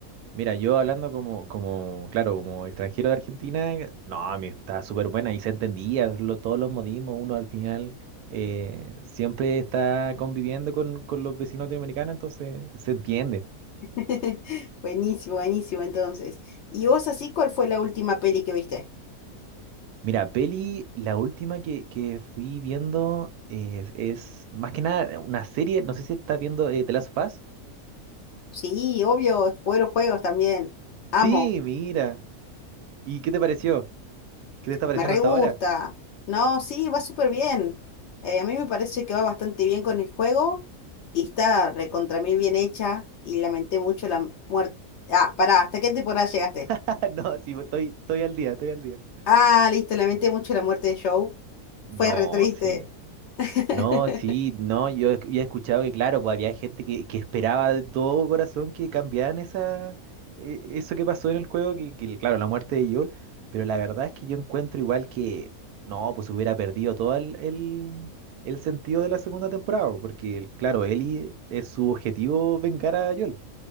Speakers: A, on the right; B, on the left.
A: Mira, yo hablando como, como, claro, como extranjero de Argentina, no, a mí está súper buena y se entendía lo- todos los modismos. Uno al final eh, siempre está conviviendo con, con los vecinos latinoamericanos, entonces se entiende.
B: <laughs> Buenísimo, buenísimo entonces. ¿Y vos así cuál fue la última peli que viste?
A: Mira, peli, la última que, que fui viendo es, es más que nada una serie, no sé si estás viendo eh, The Last of Us.
B: Sí, obvio, jugué los juegos también. Amo.
A: Sí, mira. ¿Y qué te pareció? ¿Qué te está pareciendo
B: Me re
A: hasta
B: gusta.
A: ahora?
B: No, sí, va súper bien. Eh, a mí me parece que va bastante bien con el juego y está recontra mil bien hecha y lamenté mucho la muerte. Ah, pará, ¿hasta qué temporada llegaste?
A: <laughs> No, sí, estoy, estoy al día, estoy al día.
B: Ah, listo, lamenté mucho la muerte de Joe.
A: No,
B: Fue re triste.
A: sí.
B: <laughs>
A: No, sí, no, yo esc- había escuchado que, claro, pues había gente que, que esperaba de todo corazón que cambiaran esa, e- eso que pasó en el juego, que, que, claro, la muerte de Joel, pero la verdad es que yo encuentro igual que, no, pues hubiera perdido todo el, el, el sentido de la segunda temporada, porque, claro, Ellie es su objetivo vengar a Joel,